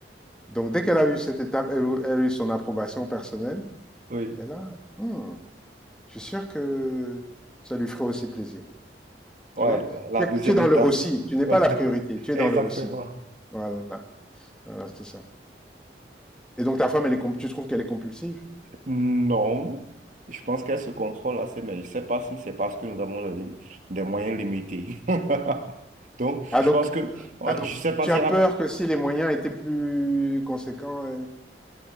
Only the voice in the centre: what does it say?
Donc, dès qu'elle a eu cette étape, elle, elle a eu son approbation personnelle.
Elle a, hmm, je suis sûr que ça lui ferait aussi plaisir.
Tu vois?
Tu es,
tu es dans
le aussi. Tu n'es
pas la priorité. Tu es
dans le aussi. Voilà. Voilà, c'est ça. Et donc, ta femme, elle est, comp- tu trouves qu'elle est compulsive?
Ah
donc,
ah donc,
tu
as
peur
que si les moyens étaient plus conséquents, euh,